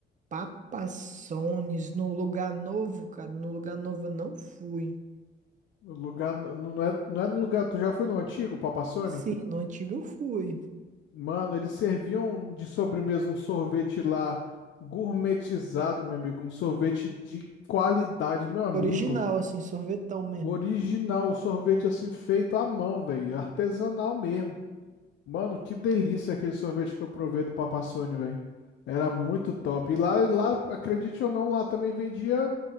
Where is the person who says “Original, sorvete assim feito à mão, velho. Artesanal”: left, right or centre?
Left